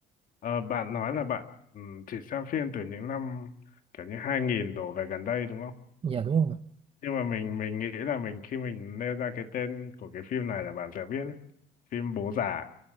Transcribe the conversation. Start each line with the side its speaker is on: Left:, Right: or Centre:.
Left: Ờ, bạn nói là bạn ừ, chỉ xem phim từ những năm kiểu như 2000 đổ về gần đây đúng không
Right: dạ đúng không
Left: nhưng mà mình mình nghĩ là mình khi mình nêu ra cái tên của cái phim này là bạn sẽ biết đấy. phim bố già